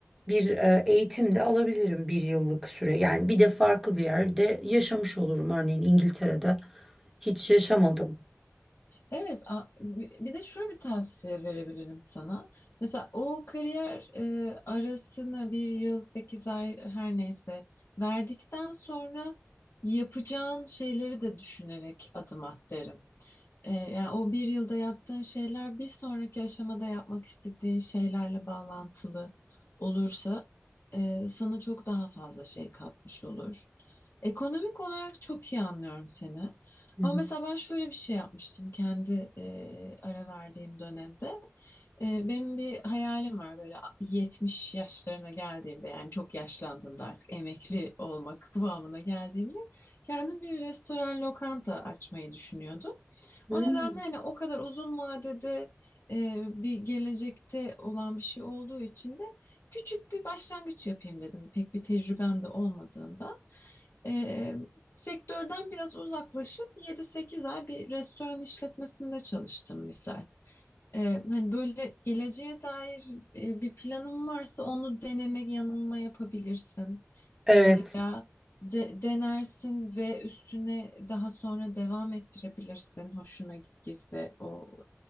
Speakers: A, in the centre; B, on the left (about 50°).
A: bir e, eğitim de alabilirim bir yıllık süre. Yani bir de farklı bir yerde yaşamış olurum. Örneğin İngiltere'de hiç yaşamadım.
B: Evet, a- bir de şöyle bir tavsiye verebilirim sana. Mesela o kariyer e, arasını bir yıl, sekiz ay her neyse verdikten sonra yapacağın şeyleri de düşünerek adım at derim. E, yani o bir yılda yaptığın şeyler bir sonraki aşamada yapmak istediğin şeylerle bağlantılı olursa e, sana çok daha fazla şey katmış olur. Ekonomik olarak çok iyi anlıyorum seni.
A: Hı
B: Ama
A: hı.
B: mesela ben şöyle bir şey yapmıştım kendi e, ara verdiğim dönemde. Ee, benim bir hayalim var böyle 70 yaşlarına geldiğimde yani çok yaşlandığımda artık emekli olmak <laughs> kıvamına geldiğimde kendim bir restoran lokanta açmayı düşünüyordum.
A: Hmm,
B: O nedenle hani o kadar uzun vadede e, bir gelecekte olan bir şey olduğu için de küçük bir başlangıç yapayım dedim. Pek bir tecrübem de olmadığında. E, sektörden biraz uzaklaşıp 7-8 ay bir restoran işletmesinde çalıştım misal. Ee, hani böyle geleceğe dair e, bir planın varsa onu deneme yanılma yapabilirsin.
A: Evet.
B: Ee, veya de- denersin ve üstüne daha sonra devam ettirebilirsin hoşuna gittiyse o